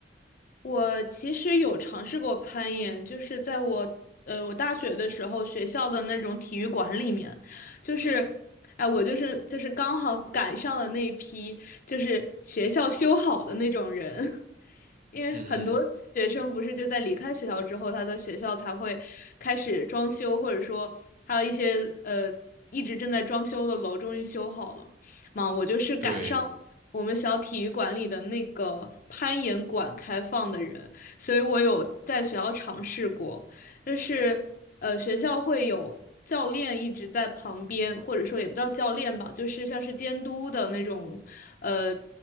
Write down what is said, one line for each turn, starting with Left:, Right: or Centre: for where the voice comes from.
Left: 我其实有尝试过攀岩，就是在我呃我大学的时候学校的那种体育馆里面，就是哎我就是就是刚好赶上了那一批就是学校修好的那种人，<laughs> 因为很多学生不是就在离开学校之后，
Right: 嗯哼，
Left: 他的学校才会开始装修，或者说他的一些呃一直正在装修的楼终于修好了嘛。我就是赶上了我们小体育馆里的那个攀岩馆开放的人，
Right: 对，
Left: 所以我有在学校尝试过，就是呃学校会有。教练一直在旁边，或者说也不叫教练吧，就是像是监督的那种，呃。